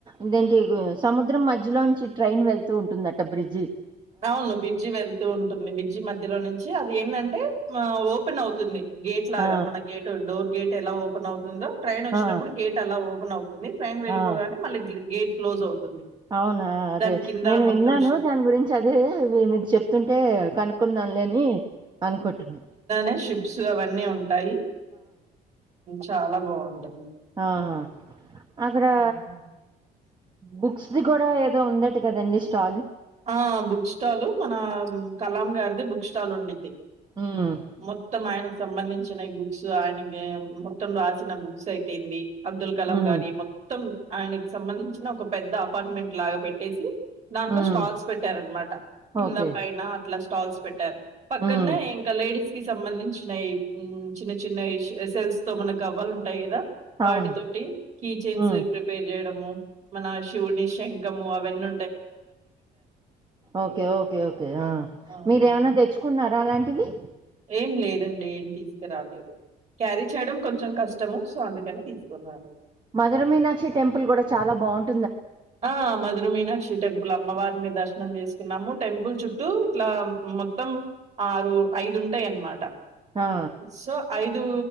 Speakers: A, on the right; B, on the right.
A: ఇదేంటి సముద్రం మధ్యలోంచి ట్రైన్ వెళ్తూ ఉంటుందట బ్రిడ్జ్
B: అవును బిడ్జి వెళ్తూ ఉంటుంది బిడ్జి మధ్యలో నుంచి అది ఏందంటే ఆ ఓపెన్ అవుతుంది గేట్ లాగ
A: ఆ!
B: మన గేట్ డోర్ గేట్ ఎలా ఓపెన్ అవుతుందో ట్రైన్ వచ్చినప్పుడు
A: ఆ!
B: గేట్ అలా ఓపెన్ అవుతుంది ట్రైన్ వెళ్ళిపోగానే
A: ఆ!
B: మళ్ళ గేట్ క్లోజ్ అవుతుంది
A: అవునా అదే
B: దాని కింద
A: నేను
B: మొత్తం
A: విన్నాను
B: షిప్
A: దాని గురించి చదివె మీరు చెప్తుంటే కనుక్కుందాంలేని అనుకుంటున్నాను
B: అయిన షిప్స్ అవన్నీ ఉంటాయి చాలా బాగుంటుంది
A: ఆహ అక్కడా
B: హ్మ్.
A: బుక్స్ క్జ్ కూడా ఏదో ఉందట కదండి స్టాల్
B: ఆ బుక్ స్టాలు మన కలాం గారిది బుక్ స్టాల్ ఉండిది
A: హ్మ్.
B: మొత్తం ఆయనకు సంబంధించిన ఈ బుక్స్ ఆయన మొత్తం రాసిన బుక్స్ అయితేంది అబ్దుల్ కలాం
A: హ్మ్.
B: గారి మొత్తం ఆయనకి సంబంధించిన ఒక పెద్ద అపార్ట్మెంట్ లాగ పెట్టేసి దాంట్లో
A: హ్మ్.
B: స్టాల్స్ పెట్టారనమాట కింద
A: ఓకే.
B: పైన అట్ల స్టాల్స్ పెట్టారు పక్కన్నే
A: హ్మ్.
B: ఇంకా లేడీస్ కి సంబంధించిన చిన్న చిన్న సెల్స్ తో మనకు అవ్వలు ఉంటాయి కదా వాటితోటి
A: అవును.
B: కీ చెన్స్
A: హ్మ్.
B: ప్రిపేర్ చేయడము మన షూని షై అవన్ని
A: ఓకె ఓకె ఓకే
B: ఆ!
A: మీరేమన్నా తెచ్చుకున్నార అలాం టివి
B: ఏం లేదండి ఏం తీసుకురాలేదు క్యారీ చేయడం కొంచం కష్ట ష్టము సో అందుకని తీసుకున్నారు
A: మధరమీనాక్షి టెంపుల్ కూడ చాల బాగుంటుంది
B: ఆ మధుర మీనాక్షి టెంపుల్ అమ్మవారిని దర్ దర్శనం చేసుకున్నాము టెంపుల్ చుట్టూ ఇట్లా మొత్తం ఆరు ఐదు ఉంటాయి అన్నమాట
A: ఆ!
B: సో ఐద్ దు